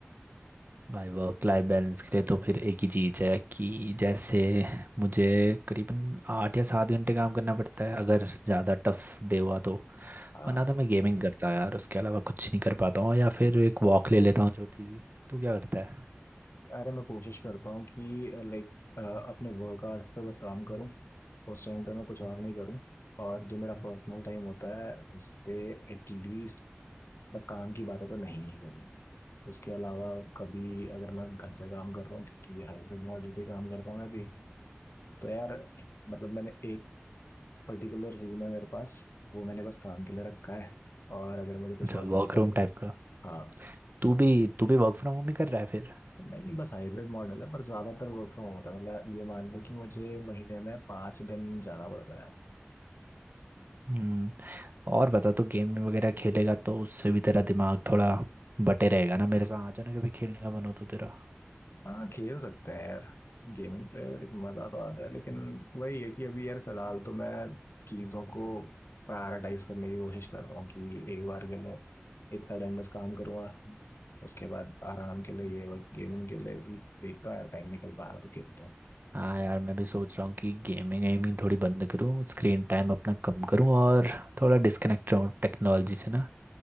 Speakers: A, on the right; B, on the left.
A: भाई वर्क लाइफ बैलेंस के लिए तो फिर एक ही चीज़ है कि जैसे मुझे करीबन आठ या सात घंटे काम करना पड़ता है अगर ज़्यादा टफ डे हुआ तो
B: हाँ
A: वरना तो मैं गेमिंग करता यार उसके अलावा कुछ नहीं कर पाता हूँ या फिर एक वॉक ले लेता हूँ छोटी सी तू क्या करता है
B: अरे मैं कोशिश करता हूँ कि लाइक अपने वर्क आवर्स पे बस काम करूँ उस टाइम पे मैं कुछ और नहीं करूँ और जो मेरा पर्सनल टाइम होता है उस पे एटलीस्ट मैं काम की बातें तो नहीं ही करूँ उसके अलावा कभी अगर मैं घर से काम कर रहा हूँ क्योंकि हाइब्रिड मॉडल पे काम करता हूँ मैं भी तो यार मतलब मैंने एक पर्टिकुलर रूल है मेरे पास वो मैंने बस काम के लिए रखा है और अगर मुझे कुछ
A: अच्छा
B: और चीज़
A: वर्क
B: करनी
A: रूम टाइप का
B: हाँ
A: तू भी तू भी वर्क फ्रॉम होम ही कर रहा है फिर
B: नहीं बस हाइब्रिड मॉडल है पर ज़्यादातर वर्क फ्रॉम होता है मतलब ये मान लो कि मुझे महीने में पाँच दिन जाना पड़ता है
A: हम्म और बता तो गेम वगैरह खेलेगा तो उससे भी तेरा दिमाग थोड़ा बटे रहेगा ना मेरे साथ आ जाना कभी खेलने का मन हो तो तेरा
B: हाँ खेल सकते हैं यार गेमिंग पे लेकिन मजा तो आता है लेकिन वही है कि अभी यार फिलहाल तो मैं चीजों को प्रायोरिटाइज करने की कोशिश कर रहा हूँ कि एक बार के लिए इतना टाइम बस काम करूँगा उसके बाद आराम के लिए ये वक्त गेमिंग के लिए भी देखता हूँ यार टाइम निकल पा रहा तो खेलते हैं
A: हाँ यार मैं भी सोच रहा हूँ कि गेमिंग वेमिंग थोड़ी बंद करूँ स्क्रीन टाइम अपना कम करूँ और थोड़ा डिस्कनेक्ट रहूँ टेक्नोलॉजी से ना